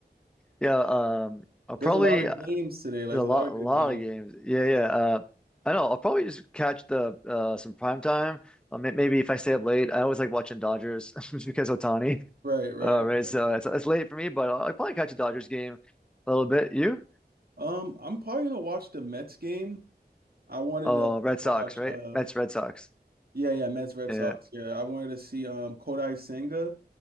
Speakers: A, in the centre; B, on the right.
A: Yeah. Um, I'll probably
B: There's a lot of
A: uh,
B: games today. Like,
A: there's
B: there's
A: a lot,
B: a lot of
A: a lot
B: good games.
A: of games. Yeah, yeah. Uh, I know. I'll probably just catch the uh, some prime time. Uh, may- maybe if I stay up late, I always like watching Dodgers <laughs> just because Otani.
B: Right, right,
A: Uh, right.
B: right.
A: So it's, it's late for me, but I'll, I'll probably catch a Dodgers game a little bit. You?
B: Um, I'm probably gonna watch the Mets game. I wanted
A: Oh,
B: to
A: Red Sox,
B: watch
A: right?
B: uh
A: Mets, Red Sox.
B: yeah, yeah, Mets Red
A: Yeah.
B: Sox. Yeah, I wanted to see um Kodai Senga